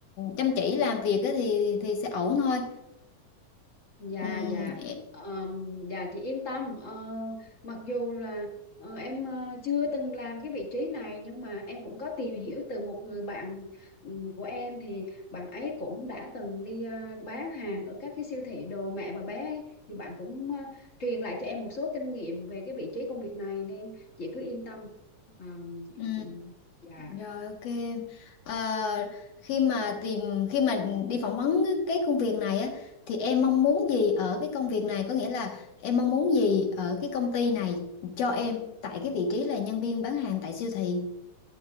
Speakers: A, on the left; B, on the left.
A: chăm chỉ làm việc á thì thì sẽ ổn thôi.
B: Dạ
A: Ừm,
B: dạ Ờm, dạ chị yên tâm Ờ, mặc dù là ờ, em ờ, chưa từng làm cái vị trí này nhưng mà em cũng có tìm hiểu từ một người bạn ừm, của em thì bạn ấy cũng đã từng đi ờ, bán hàng ở các cái siêu thị đồ mẹ và bé ấy. Thì bạn cũng ờ, truyền lại cho em một số kinh nghiệm về cái vị trí công việc này nên chị cứ yên tâm Ờ, chị,
A: Ừ,
B: chị, dạ
A: rồi ok em. Ờ, khi mà tìm khi mà đi phỏng vấn cái công việc này á thì em mong muốn gì ở cái công việc này có nghĩa là em mong muốn gì ở cái công ty này cho em tại cái vị trí là nhân viên bán hàng tại siêu thị.